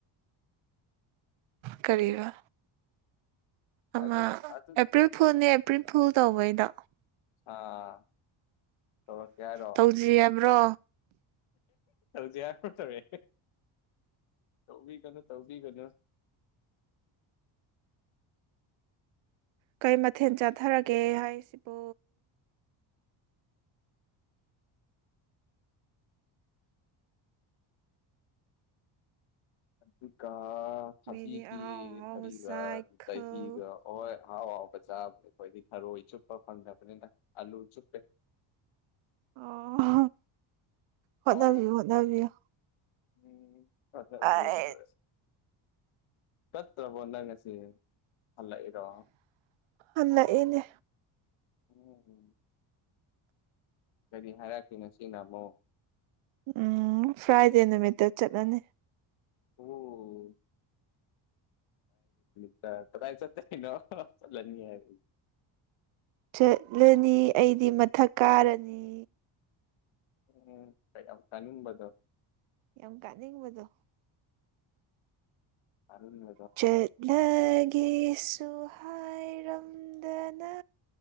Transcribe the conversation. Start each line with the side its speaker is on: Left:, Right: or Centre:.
Right: ꯀꯕ ꯑꯃ
Left: ꯑꯗꯨ ꯑꯗꯨ
Right: ꯑꯦꯄ꯭ꯔꯤꯜ ꯐꯨꯜꯅꯦ ꯑꯦꯄ꯭ꯔꯤꯜ ꯐꯨꯜ ꯇꯧꯕꯩꯗꯣ
Left: ꯍꯥꯥ ꯊꯣ ꯀꯔꯣ
Right: ꯇꯧꯁꯤ ꯍꯥꯏꯕ꯭ꯔꯣ
Left: ꯖ ꯌꯥ ꯄꯠꯇꯃꯦ ꯇꯧ ꯀꯩꯅꯣ ꯇꯧꯧꯕꯤ ꯀꯩꯅꯣ
Right: ꯀꯩ ꯃꯊꯦꯜ
Left: ꯑꯩ
Right: ꯆꯥꯊꯔꯒꯦ ꯍꯥꯏꯁꯤꯕꯨ
Left: ꯑꯗꯨꯒ ꯊꯕꯤꯒꯤ
Right: ꯃꯤꯗꯤ ꯑꯍꯥꯎ ꯑꯍꯥꯎꯕ
Left: ꯊꯕꯤꯒ
Right: ꯆꯥꯏ ꯈꯜ
Left: ꯗꯍꯤꯒ ꯍꯍꯣꯏ ꯑꯍꯥꯎ ꯍꯥꯎꯕ ꯆꯥꯕꯅꯦ ꯑꯩꯈꯣꯏꯗꯤ ꯈꯔꯣꯏ ꯆꯨꯞꯄ ꯐꯪꯗꯕꯅꯤꯅ ꯑꯂꯨ ꯆꯨꯞꯄꯦ
Right: ꯑꯣ ꯍꯗꯕꯤ
Left: ꯑ
Right: ꯍꯗꯕꯤꯌ
Left: ꯎꯝ ꯑꯗꯕꯤꯨꯦ
Right: ꯑꯩ
Left: ꯐꯔꯦ ꯆꯠꯇ꯭ꯔꯕꯣ ꯅꯪ ꯑꯁꯤ ꯍꯜꯂꯛꯏꯔꯣ
Right: ꯑꯂ ꯏꯅꯦ
Left: ꯎꯝ ꯎꯝ ꯀꯔꯤ ꯍꯥꯏꯔꯛꯀꯦꯅꯣ ꯁꯤꯅ ꯑꯃꯨꯛ
Right: ꯎꯝ ꯐ꯭ꯔꯥꯏꯗꯦ ꯅꯨꯃꯤꯠꯇ ꯆꯠꯂꯅꯤ
Left: ꯑꯣ ꯠꯇ ꯇꯗꯥꯥꯏ ꯆꯠꯇꯩꯅꯣꯂꯅꯤ ꯍꯥꯏ
Right: ꯆꯠꯂꯅꯤ ꯑꯩꯗꯤ ꯃꯊꯛ ꯀꯥꯔꯅꯤ
Left: ꯎꯝ ꯀ ꯀꯅꯝꯕꯗ
Right: ꯌꯥꯝ ꯀꯥꯅꯤꯡꯕꯗꯣ
Left: ꯑꯔꯟꯗꯣ
Right: ꯆꯠꯂꯒꯦꯁꯨ ꯍꯥꯏꯔꯝꯗꯅ